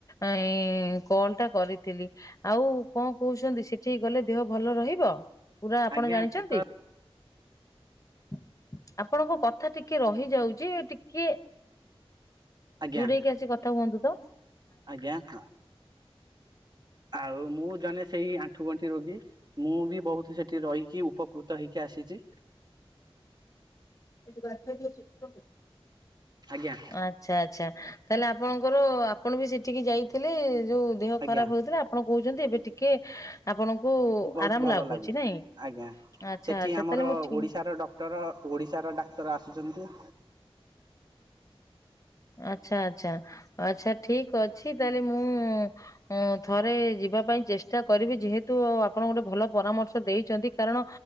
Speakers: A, on the left; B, on the right.
A: ଆଁଇ କଲ୍ ଟା କରିଥିଲି। ଆଉ କଣ କହୁଛନ୍ତି ସେଠିକି ଗଲେ ଦେହ ଭଲ ରହିବ? ପୁରା ଆପଣ
B: ଆଜ୍ଞା
A: ଜାଣିଛନ୍ତି
B: ସେ ତ
A: <unintelligible> ଆପଣଙ୍କ କ ଥା ଟିକେ ରହିଯାଉଛି ଟିକେ
B: ଆଜ୍ଞା
A: ଦୂରେଇକି ଆସି କଥା ହୁଅନ୍ତୁ ତ।
B: ଆଜ୍ଞା ହାଁ। ଆଉ ମୁଁ ଜଣେ ସେଇ ଆଣ୍ଠୁ ଗଣ୍ଠି ରୋଗୀ ମୁଁ ବି ବହୁତ୍ ସେଠି ରହିକି ଉପକୃ ତ ହେଇକି ଆସିଛି।
A: ସେଠି ବାଛା ଶୁକ୍ରକୁ।
B: ଆଜ୍ଞା।
A: ଆଛା ଆଛା ତାହାଲେ ଆପଣଙ୍କର ଆପଣ ବି ସେଠିକି ଯାଇଥିଲେ ଯଉ ଦେହ
B: ଆଜ୍ଞା।
A: ଖରାପ ହଉଥିଲା। ଆପଣ କହୁଛନ୍ତି ଏବେ ଟିକେ ଆପଣଙ୍କୁ
B: ବହୁତ୍
A: ଆରାମ
B: ଭଲ ଲାଗୁଛି
A: ନାଇଁ
B: ଆଜ୍ଞା
A: ଆଚ୍ଛା
B: ସେଠି
A: ଆଚ୍ଛା
B: ଆମର
A: ତାହେଲେ ମୁଁ ଠିକ
B: ଓଡିଶାର ଡ କ୍ଟର ଓଡ଼ିଶାର ଡାକ୍ତର ଆସୁଛନ୍ତି।
A: ଆଛା ଆଛା ଆଛା ଠିକ୍ ଅଛି ତାହେଲେ ମୁଁ ଉଁ ଥରେ ଯିବା ପାଇଁ ଚେଷ୍ଟା କରିବି ଯେହେତୁ ଆପଣ ଗୋଟେ ଭଲ ପରାମର୍ଶ ଦେଇଛନ୍ତି କାରଣ